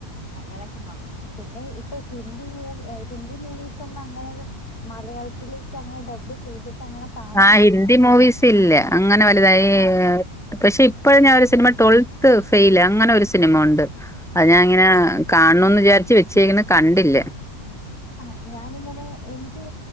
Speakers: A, on the left (about 85°); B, in the centre.
A: അങ്ങനെ കാണും പിന്നെ ഇപ്പൊ ഹിന്ദി മൂവി ഹിന്ദി മൂവിസ് ഒന്നും അങ്ങനെ മലയാളത്തിലേക്ക് അങ്ങനെ ഡബ് ചെയ്തിട്ട് അങ്ങനെ കാണാതില്ല
B: ആഹ്ഹിന്ദി മൂവിസ് ഇല്ലേ അങ്ങനെ വലുതായി
A: ആ
B: ഏഹ് പക്ഷെ ഇപ്പോഴ ഞാൻ ഒരു സിനിമ ട്വൽത്ത് ഫെയിൽ അങ്ങനെ ഒരു സിനിമ ഉണ്ട് അത് ഞാൻ ഇങ്ങനെ കാണണന്ന് വിചാരിച്ചച്ച് വെച്ചേക്കുന്നു കണ്ടില്ല
A: ആഹ് ഞാനിങ്ങനെ എനിക്ക്